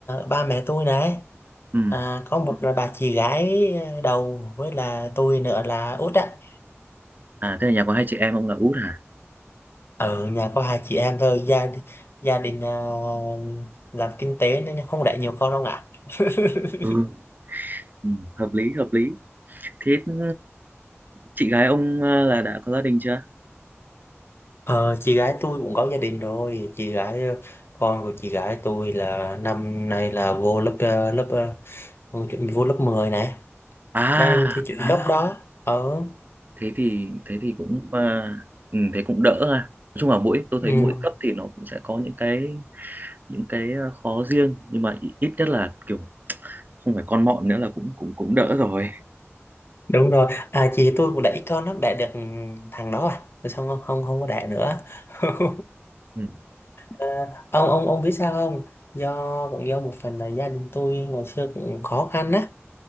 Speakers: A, on the left; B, on the right.
A: ba mẹ tôi này
B: ừ.
A: à, có một là bà chị gái à, đầu với là tôi nữa là út á
B: À, thế là nhà có hai chị em ông là út à?
A: ở nhà có hai chị em thôi gia đình- gia đình à, làm kinh tế nên không đẻ nhiều con đâu ạ <laughs>
B: Ừ, ừ, hợp lý, hợp lý. Thế ừ, chị gái ông ờ, là đã có gia đình chưa?
A: Ờ, chị gái tôi cũng có gia đình rồi chị gái con của chị gái tôi là năm nay là vô lớp ờ, lớp ờ, vô lớp 10 này
B: À,
A: đang thi chuyển gấp à đó ở
B: thế thì thế thì cũng ờ, ừ, thế cũng đỡ ha. Nói chung là mỗi tôi
A: ừ,
B: thấy mỗi cấp thì nó cũng sẽ có những cái những cái ờ, khó riêng nhưng mà ít ít nhất là kiểu không phải con mọn nữa là cũng cũng cũng đỡ rồi.
A: đúng rồi à chị tôi cũng đẩy con nó đẻ được thằng đó à Rồi xong không không không có đẻ nữa <laughs>
B: Ừ,
A: à, ông ông ông biết sao không do cũng do một phần là gia đình tôi ngày xưa cũng khó khăn á